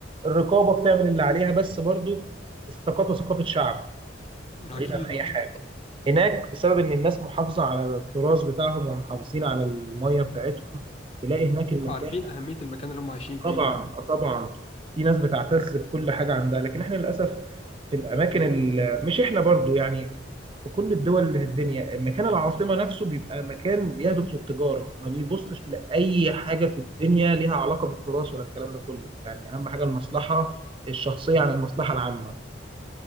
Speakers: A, on the right (about 30°); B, on the left (about 35°).
A: الرقابة بتعمل اللي عليها بس برضو الثقافة ثقافة شعب
B: اكيد
A: بعيد عن أي
B: والله
A: حاجة هناك بسبب إن الناس محافظة على التراث بتاعهم ومحافظين على المية بتاعتهم تلاقي هناك المكان
B: عارفين اهمية المكان اللي هم عايشين فيه
A: طبعا
B: برضه
A: آه طبعا في ناس بتعتز بكل حاجه عندها لكن احنا للاسف في الاماكن ال- مش احنا برضو يعني في كل الدول اللي في الدنيا مكان العاصمه نفسه بيبقى مكان بيهدف للتجاره ما بيبصش لاي حاجه في الدنيا ليها علاقه بالتراث ولا الكلام ده كله يعني اهم حاجه المصلحه الشخصيه عن المصلحه العامه